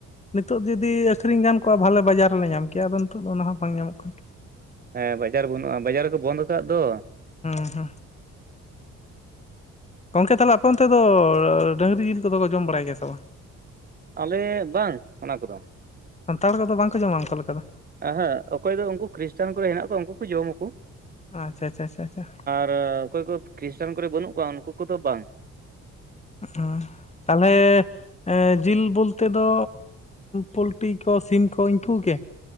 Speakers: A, on the left (about 20°); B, on the right (about 30°).
A: ᱱᱤᱛᱚᱜ ᱡᱩᱫᱤ ᱟᱹᱠᱨᱤᱧ ᱜᱟᱱ ᱠᱚᱜᱟ ᱵᱷᱟᱞᱮ ᱵᱟᱡᱟᱨ ᱨᱮᱞᱮ ᱧᱟᱢ ᱠᱮᱭᱟ ᱟᱫᱚ ᱱᱤᱛᱚᱜ ᱫᱚ ᱚᱱᱟ ᱦᱚᱸ ᱵᱟᱝ ᱧᱟᱢᱚᱜ ᱠᱟᱱᱟ
B: ᱦᱮᱸ ᱵᱟᱡᱟᱨ ᱵᱟᱹᱱᱩᱜᱼᱟ ᱵᱟᱡᱟᱨ ᱨᱮᱠᱚ ᱵᱚᱱᱫᱚ ᱠᱟᱫ ᱫᱚ
A: ᱦᱩᱸ ᱦᱩᱸ ᱜᱚᱝᱠᱮ ᱛᱟᱦᱚᱞᱮ ᱟᱯᱮ ᱚᱱᱛᱮ ᱫᱚ ᱰᱟᱹᱝᱨᱤ ᱡᱤᱞ ᱠᱚᱫᱚ ᱠᱚ ᱡᱚᱢ ᱵᱟᱲᱟᱭ ᱜᱮᱭᱟ ᱥᱮ ᱵᱟᱝ?
B: ᱟᱞᱮ ᱵᱟᱝ ᱚᱱᱟ ᱠᱚᱫᱚ
A: ᱥᱟᱱᱛᱟᱲ ᱠᱚᱫᱚ ᱵᱟᱝᱠᱚ ᱡᱚᱢᱟ ᱚᱱᱠᱟ ᱞᱮᱠᱟ ᱫᱚ
B: ᱟᱦᱟᱜ ᱚᱠᱚᱭ ᱫᱚ ᱩᱱᱠᱩ ᱠᱷᱨᱤᱥᱴᱟᱱ ᱠᱚᱨᱮ ᱦᱮᱱᱟᱜ ᱠᱚᱣᱟ ᱩᱱᱠᱩ ᱠᱚ ᱡᱚᱢᱟ ᱠᱚ᱾
A: ᱟᱪᱪᱷᱟ ᱟᱪᱪᱷᱟ ᱪᱷᱟ ᱪᱷᱟ ᱪᱷᱟ
B: ᱟᱨ ᱚᱠᱚᱭ ᱠᱚ ᱠᱷᱨᱤᱥᱴᱟᱱ ᱠᱚᱨᱮ ᱵᱟᱱᱩᱜ ᱠᱚᱣᱟ ᱩᱱᱠᱩ ᱠᱚᱫᱚ ᱵᱟᱝ᱾
A: ᱦᱩ ᱛᱟᱦᱚᱞᱮ ᱮ ᱡᱤᱞ ᱵᱚᱞᱛᱮ ᱫᱚ ᱯᱳᱞᱴᱤ ᱠᱚ ᱥᱤᱢ ᱠᱚ ᱤᱱᱠᱩ ᱜᱮ